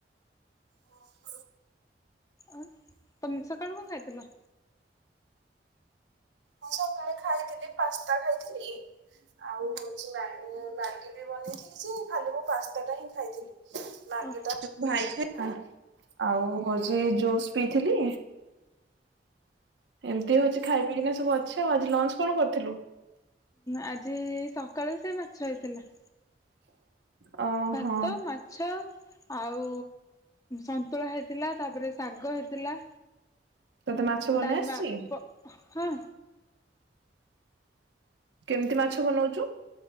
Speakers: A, on the right; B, on the left.
A: ଓ।
B: ଆ ତମ ସକାଳୁ କଣ ଖାଇଥିଲ?
A: ମୁଁ ସକାଳେ ଖାଇଥିଲି ପାସ୍ତା ଖାଇଥିଲି। ଆଉ ହଉଛି ମ୍ୟାଗି ବି ବନେଇଥିଲି ଯେ ଖାଲି ମୁଁ ପାସ୍ତା ଟା ହିଁ ଖାଇଥିଲି। ଲାଗି
B: ଓ
A: ତା ଭାଇ ଖାଇ ଆଉ ହଉଛି ଜୁସ୍ ପିଇଥିଲି। ଏମିତି ହଉଛି ଖାଇ ପିଇକିନା ସବୁ ଅଛି ଆଉ ଆଜି ଲଞ୍ଚ କଣ କରିଥିଲୁ?
B: ଆଜି ସକାଳୁ ସେ ମାଛ ହେଇଥିଲା।
A: ଓହୋ
B: ଭାତ ମାଛ। ଆଉ ସନ୍ତୁଳା ହେଇଥିଲା ତାପରେ ଶାଗ ହେଇଥିଲା।
A: ତୋତେ ମାଛ ବନେଇ
B: ଡାଲମା
A: ଆସିଛି?
B: ପ ହଁ।
A: କେମିତି ମାଛ ବନଉଛୁ।